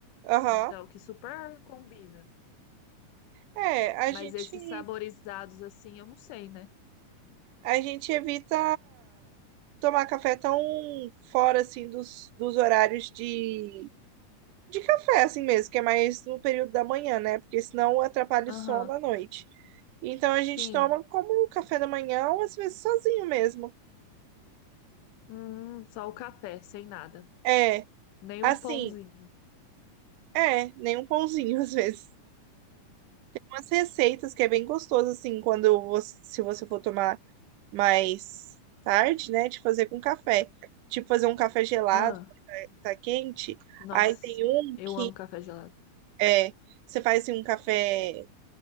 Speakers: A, on the right; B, on the left.
A: Aham.
B: Então, que super combina.
A: É, a
B: Mas
A: gente,
B: esses saborizados, assim, eu não sei, né?
A: a gente evita tomar café tão fora, assim, dos, dos horários de, De café, assim mesmo, que é mais no período da manhã, né? Porque senão atrapalha
B: Aham,
A: o sono à noite. Então a
B: sim.
A: gente toma como um café da manhã, ou às vezes sozinho mesmo.
B: Hum, só o café, sem nada.
A: É,
B: Nem
A: assim,
B: um pãozinho.
A: é, nem um pãozinho <laughs> às vezes. Umas receitas que é bem gostoso, assim, quando você, se você for tomar mais tarde, né? De fazer com café. Tipo, fazer um café gelado,
B: Ah.
A: tá quente.
B: Nossa,
A: Aí tem um
B: eu
A: que
B: amo café gelado.
A: é, você faz assim, um café